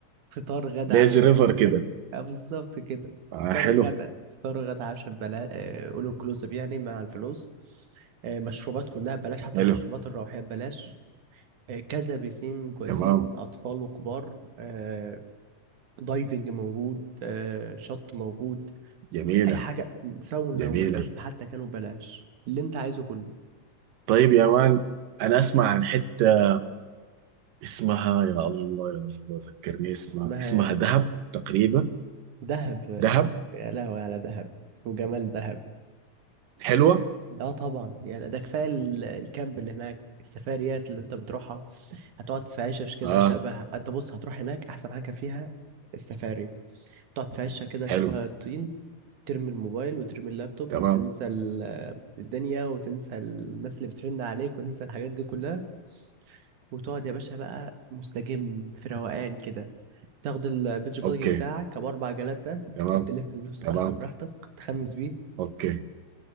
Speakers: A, on the right (about 70°); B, on the right (about 85°).
A: فطار غدا
B: ليزي
A: عشاء
B: ريفر كده
A: آه، بالظبط كده
B: آه
A: فطار
B: حلو
A: غدا فطار غدا عشاء ببلاش اول انكلوسيف يعني مع الفلوس آه، مشروبات كلها ببلاش حتى
B: حلو
A: المشروبات الروحية ببلاش آه، كذا بيسين كويسين
B: تمام
A: أطفال وكبار آه، دايفنج موجود آه، شط موجود
B: جميلة
A: بص أي حاجة ساونا
B: جميلة
A: ومساج حتى كانوا ببلاش اللي أنت عايزه كله
B: طيب يا مان انا اسمع عن حتة اسمها يا الله يا الله ذكرني اسمها
A: ما
B: اسمها دهب تقريبا
A: دهب
B: دهب
A: يا لهوي على دهب وجمال دهب
B: حلوة
A: اه طبعا يعني ده كفايه ال- الكامب اللي هناك السفاريات اللي انت بتروحها هتقعد في عشش كده
B: اه
A: شبه انت بص هتروح هناك احسن حاجه فيها السفاري تقعد في عشه كده شبه
B: حلو
A: الطين ترمي الموبايل وترمي اللابتوب
B: تمام
A: وتنسى الدنيا وتنسى الناس اللي بترن عليك وتنسى الحاجات دي كلها وتقعد يا باشا بقى مستجم في روقان كده تاخد البيتش باجي
B: اوكي
A: بتاعك ابو اربع جلات ده
B: تمام
A: تقعد تلف بيه في الصحراء
B: تمام
A: براحتك تخمس بيه
B: اوكي